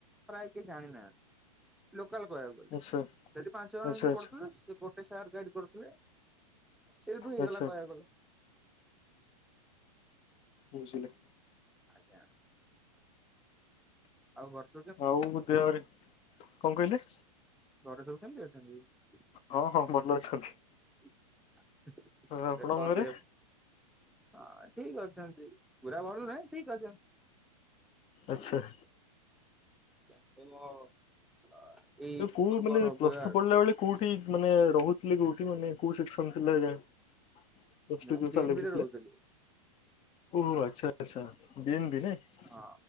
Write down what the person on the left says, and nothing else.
ଆଚ୍ଛା।
ଆଚ୍ଛା
ଆଚ୍ଛା
ଆଚ୍ଛା
ବୁଝିଲେ?
ଆଉ ଦେହରେ କଣ କହିଲେ?
ହଁ ହଁ ଭଲ ଅଛନ୍ତି।
ଆଉ ଆପଣଙ୍କ ଘରେ?
ଆଚ୍ଛା।
ତ କୋଉ
ମାନେ
ପ୍ଲସ ଟୁ ପଢିଲା ବେଳେ କୋଉଠି ମାନେ ରହୁଥିଲେ କୋଉଠି ମାନେ କୋଉ ସେସନ୍ ଥିଲା ରାଙ୍କ? <unintelligible>
ଥିଲେ
ଓହୋ ଆଚ୍ଛା ଆଚ୍ଛା ବି ଏମ ବି ନୁହେଁ?